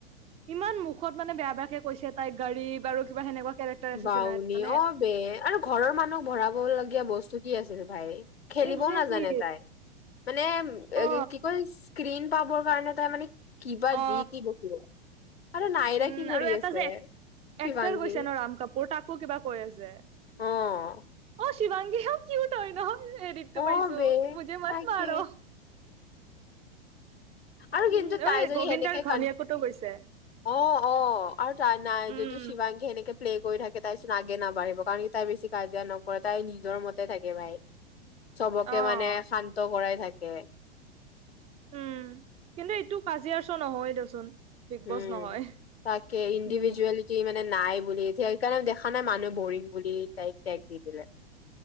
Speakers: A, on the right; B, on the left.
A: ইমান মুখত মানে বেয়া বেয়াকে কৈছে তাইক গাড়ী বাৰু কিবা সেনেকুৱা কেৰেক্টাৰ আছে
B: বাউনী
A: চিনাত মানে
B: অ বে আৰু ঘৰৰ মানুহক ভৰাবলগীয়া বস্তু কি আছিল ভাই খেলিবও
A: একজেক্টলি
B: নাজানে তাই মানে
A: অ
B: কি কয় স্ক্ৰীণ পাবৰ কাৰণে তাই মানে কিবা
A: অ
B: জিট বকিব আৰু নাইৰা
A: উম
B: কি
A: আৰু
B: কৰি
A: এটা
B: আছে
A: যে এক
B: শিৱাংগী
A: এক্টাৰ কৈছে ন ৰাম কাপুৰ অ তাকো কিবা কৈ আছে
B: অ',
A: অ শিৱাংগী হ কি তই নহ এৰিতটো
B: অ',
A: পাইছো
B: বে
A: বুজে মাত
B: তাকে
A: মাৰ
B: আৰু
A: উম
B: কিন্তু তাই
A: ঐ
B: যদি
A: গোবিন্দাৰ
B: সেনেকে
A: ঘৈনীয়োকোতো
B: কন
A: গৈছে
B: অ অ আৰু তাৰ নাই
A: উম,
B: যদি শিৱাংগী সেনেকে প্লে কৰি থাকে তাৰ পিছত আগে নাবাঢ়িব কাৰণ তাই বেছি কাজিয়া নকৰে তাই নিজৰ মতে থাকে ভাই
A: <inaudible>
B: চবকে
A: অ',
B: মানে শান্ত কৰাই থাকে
A: উম কিন্তু এইটো কাজিয়াৰ চ নহয় দেচোন বিগ বছ
B: উম
A: নহয়।
B: তাকে ইণ্ডিভিজুৱেলি
A: উম,
B: কি মানে নাই বুলি সেইকাৰণে দেখা নাই মানুহে বৰিং বুলি তাইক টেগ দি দিলে